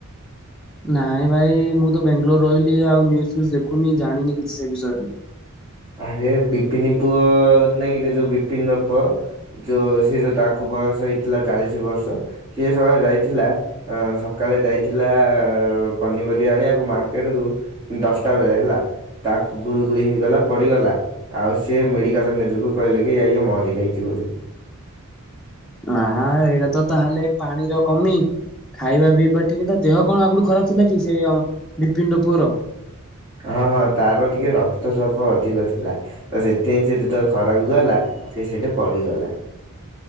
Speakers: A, in the centre; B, on the right.
A: ନାଇଁ ଭାଇ ମୁଁ ତ ବେଙ୍ଗାଲୋର ରହିଲି ଆଉ ନିୁଜ ଫୁଜ ଦେଖୁନି ଜାଣିନି କିଛି ସେ ବିଷୟରେ।
B: ଆରେ ବିପିନି ପୁଅ ନାଇଁ ଏଇଟ ଯୋଉ ବିପିନ ର ପୁଅ। ଯୋଉ ସେ ଯୋଉ ତାକୁ ବୟସ ହେଇଥିଲା ଚାଳିଶ ବର୍ଷ ସେିଏ ସମୟଳେ ରହିଥିଲା- ଅ ସକାଳେ ଯାଇଥିଲା ପନିପରିବା ଆଣିବାକୁ ମାର୍କେଟ କୁ ଦଶଟା ବେଳେ ହେଲା ତାକୁ ଗୁଳି ଗୁଳି ହେଇଗଲା। ପଡ଼ିଗଲା ଆଉ ସିଏ ମେଡ଼ିକାଲରେ ନେଲେକୁ କହିଲେ କି ଇଏ ମରିଯାଇଛି ବୋଲି।
A: ଆ ଏଇଟା ତ ତାହେଲେ ପାଣିର କମି। ଖାଇବା ପିଇବା ଠିକେ ତା ଦେହ କଣ ଆଗରୁ ଖରାପ ଥିଲା କି ସେ ବିପିନି ଟୋପୁଅର।
B: ହଁ ହଁ ତାର ଟିକେ ରକ୍ତଚାପ ଅଧିକ ଥିଲା। ତ ସେଥିପାଇଁ ସେଯେତେବେଳେ ଖରାକୁ ଗଲା ସେସେଠି ପଡ଼ିଗଲା।